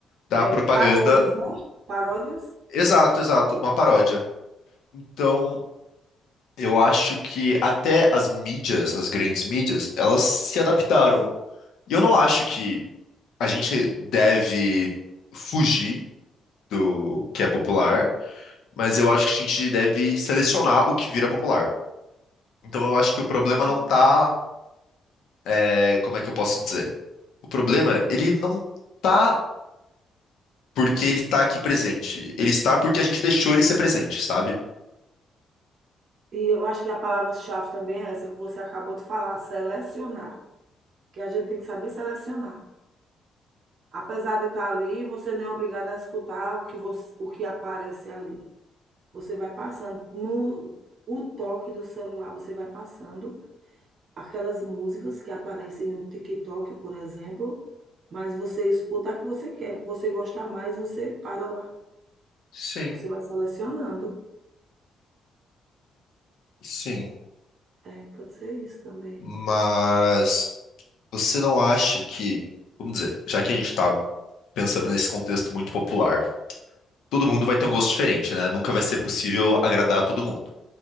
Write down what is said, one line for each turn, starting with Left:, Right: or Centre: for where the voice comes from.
Left: da
Right: É,
Left: propaganda.
Right: paródias, né? Paródias?
Left: Exato, exato, uma paródia. Então, eu acho que até as mídias, as grandes mídias, elas se adaptaram. E eu não acho que a gente deve fugir do que é popular, mas eu acho que a gente deve selecionar o que vira popular. Então, eu acho
Right: Sei
Left: que o problema
Right: se-
Left: não tá, é, como é que eu posso dizer? O problema, ele não tá porque ele tá aqui presente. Ele está porque a gente deixou ele ser presente, sabe?
Right: E eu acho que a palavra-chave também é essa que você acabou de falar, selecionar. Que a gente tem que saber selecionar. Apesar de estar ali, você não é obrigado a escutar o que você, o que aparece ali. Você vai passando no o toque do celular, você vai passando aquelas músicas que aparecem no TikTok, por exemplo, mas você escuta a que você quer, que você gosta mais, você para lá.
Left: Sim,
Right: Você vai selecionando.
Left: sim.
Right: É, pode ser isso também.
Left: Mas você não acha que, vamos dizer, já que a gente tá pensando nesse contexto muito popular, todo mundo vai ter um gosto diferente, né? Nunca vai ser possível agradar a todo mundo.